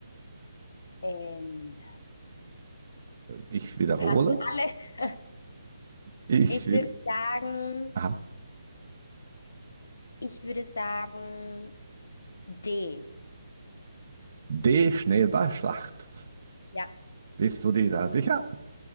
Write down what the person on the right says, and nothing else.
Ich wiederhole.
Ich,
wi-
aha.
D. Schneeballschlacht.
Bist du dir da sicher?